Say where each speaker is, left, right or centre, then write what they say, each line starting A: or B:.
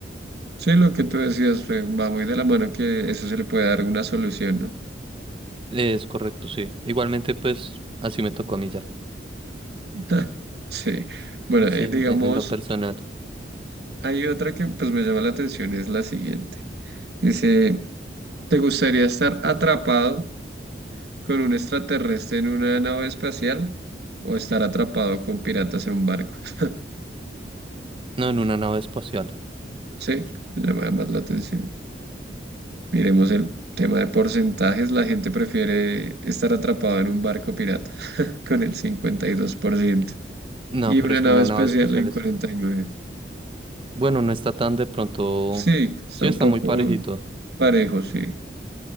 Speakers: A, on the right; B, on the right.
A: Sí, lo que tú decías fue, va muy de la mano que eso se le puede dar una solución, ¿no?
B: Es correcto, sí. Igualmente pues así me tocó a mí ya,
A: <laughs> Sí. Bueno,
B: sí,
A: eh,
B: en
A: digamos,
B: en lo personal.
A: hay otra que pues me llama la atención, es la siguiente. Dice, ¿te gustaría estar atrapado? con un extraterrestre en una nave espacial o estar atrapado con piratas en un barco. <laughs>
B: No, en una nave espacial.
A: Sí, llama más la atención. Miremos el tema de porcentajes. La gente prefiere estar atrapado en un barco pirata <laughs> con el cincuenta y dos por ciento
B: No,
A: y
B: pero
A: una
B: es
A: nave
B: que una
A: especial
B: nave espacial
A: en
B: es...
A: 49%.
B: Bueno, no está tan de pronto...
A: Sí, está
B: Sí, está
A: un poco
B: muy parejito.
A: parejo, sí.